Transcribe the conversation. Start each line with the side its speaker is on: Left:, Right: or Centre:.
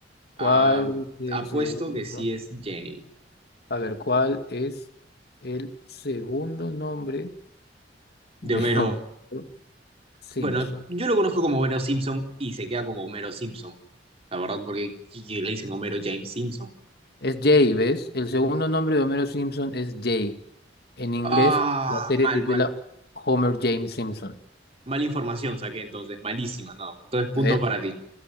Left: ¿Cuál
Right: Ah,
Left: es
Right: apuesto
Left: el segundo?
Right: que sí es James.
Left: A ver, ¿cuál es el segundo nombre
Right: De
Left: de
Right: Homero.
Left: <laughs> Homero Simpson?
Right: Bueno, yo lo conozco como Homero Simpson y se queda como Homero Simpson. La verdad, porque sí, sí, le dicen Homero James Simpson.
Left: Es Jay, ¿ves? El segundo nombre de Homero Simpson es Jay. En inglés,
Right: Ah,
Left: la serie
Right: mal,
Left: se
Right: mal.
Left: titula Homer James Simpson.
Right: Mal información saqué entonces, malísima, no. Entonces, punto
Left: ¿Ya ves?
Right: para ti.